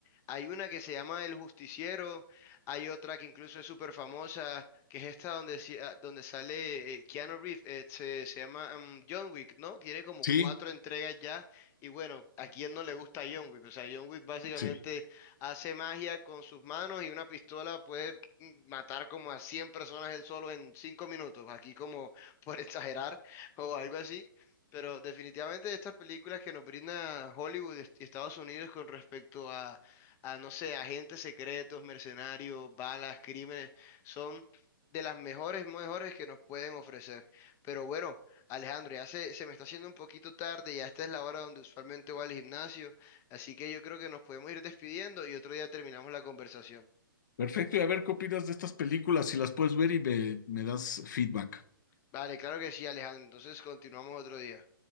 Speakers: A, on the left; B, on the left.
A: Hay una que se llama El Justiciero, hay otra que incluso es súper famosa, que es esta donde, si- ah, donde sale eh, Keanu Reeves, eh, se, se llama mm, John Wick, ¿no? Tiene como
B: sí,
A: cuatro entregas ya, y bueno, ¿a quién no le gusta John Wick? O sea, John Wick básicamente
B: sí.
A: hace magia con sus manos y una pistola puede mm, matar como a 100 personas él solo en cinco minutos, aquí como <laughs> por exagerar o algo así. Pero definitivamente estas películas que nos brinda Hollywood y Estados Unidos con respecto a a, no sé, agentes secretos, mercenarios, balas, crímenes, son de las mejores, mejores que nos pueden ofrecer. Pero bueno, Alejandro, ya se, se me está haciendo un poquito tarde, ya esta es la hora donde usualmente voy al gimnasio, así que yo creo que nos podemos ir despidiendo y otro día terminamos la conversación.
B: Perfecto, y a ver qué opinas de estas películas, si las puedes ver y me, me das feedback.
A: Vale, claro que sí, Alejandro, entonces continuamos otro día.